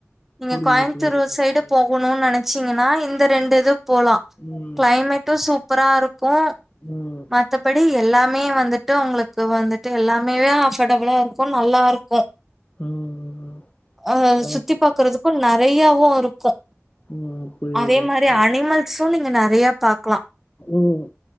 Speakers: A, in the centre; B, on the left.
A: நீங்க
B: புரியுது
A: கோயமுத்தூரு
B: புரியுதுக்கா
A: சைடு
B: புரியுது
A: போ ணூன் நெனச்சீங்கனா இந்த ரெண்டு இது போலா
B: ம்
A: கிளைமேட்டு சூப்பரா இருக்கு
B: ம்
A: மத்தபடி எல்லாமே வந்துட்டு உங்களுக்கு வந்துட்டு எல்லாமேதா ஆஃப் டபுளாருக்கு நல்லாருக்கு
B: ம்
A: அ
B: அதா
A: சுத்தி பாக்குறதுக்கு நெறயாவு இருக்கு
B: ம் புரியுதுக்கா
A: அதே மாரி
B: புரியுது
A: அனிமல்ஸு நீங்க நெறய பாக்லா
B: ம்